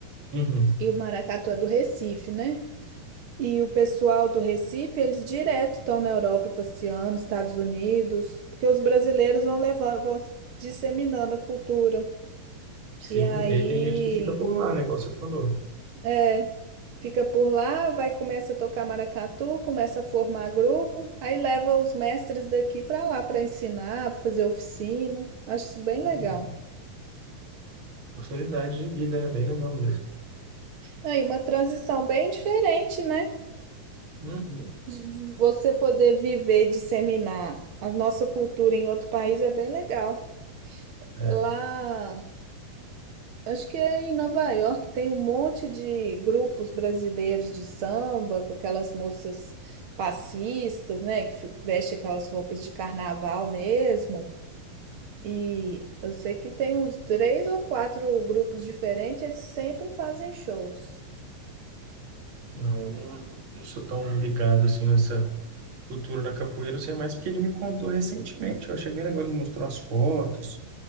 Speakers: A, on the right; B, on the right.
A: Uhum.
B: E o maracatu é do Recife, né? E o pessoal do Recife, eles direto estão na Europa passeando, Estados Unidos, porque os brasileiros vão levando, vão disseminando a cultura.
A: Sim,
B: E aí,
A: e aí tem gente que fica por lá, né, igual você falou.
B: é. Fica por lá, vai, começa a tocar maracatu, começa a formar grupo, aí leva os mestres daqui para lá para ensinar, para fazer oficina. Acho isso bem legal.
A: Uhum. Oportunidade de vida, né, bem legal mesmo.
B: Aí uma transição bem diferente, né?
A: Uhum.
B: De Você poder viver, disseminar a nossa cultura em outro país é bem legal.
A: É,
B: Lá Acho que é em Nova York tem um monte de grupos brasileiros de samba, com aquelas moças passistas, né, que fi- vestem aquelas roupas de carnaval mesmo. E eu sei que tem uns três ou quatro grupos diferentes, eles sempre fazem shows.
A: não, eu não não sou tão ligado, assim, nessa cultura da capoeira, eu sei mais porque ele me contou recentemente, eu cheguei agora, ele mostrou as fotos,